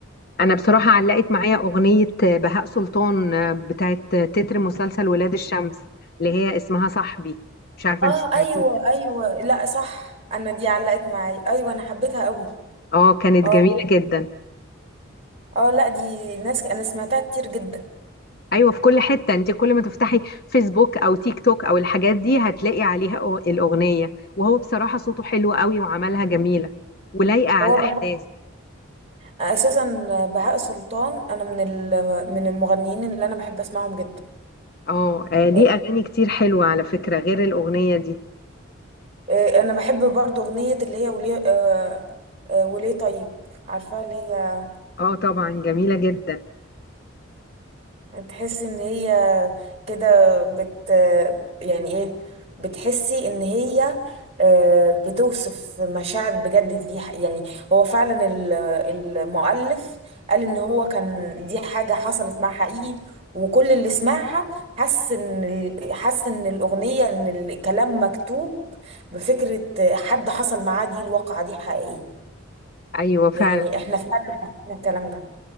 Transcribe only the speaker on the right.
اه
ايوه ايوه لا صح انا دي علقت معايا ايوه انا حبيتها قوي
اه
اه لا دي ناس انا سمعتها كتير جدا
هو
اساسا بهاء سلطان انا من ال- من المغنيين اللي انا بحب اسمعهم جدا
آه،
آه، انا بحب برضو اغنيه اللي هي وليه آه، آه، وليه طيب عارفاها اللي هي
تحسي ان هي كده بت يعني ايه بتحسي ان هي آه، بتوصف مشاعر بجد دي ح- يعني هو فعلا ال- المؤلف قال ان هو كان دي حاجة حصلت مع حقيقي وكل اللي سمعها حس ان ال- حس ان الاغنية ان الكلام مكتوب بفكرة حد حصل معاه دي الواقعة دي حقيقية
يعني احنا فعلا حسينا الكلام ده